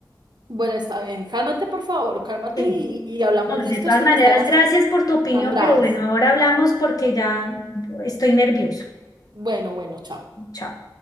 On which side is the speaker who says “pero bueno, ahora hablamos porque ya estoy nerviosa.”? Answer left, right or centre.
Left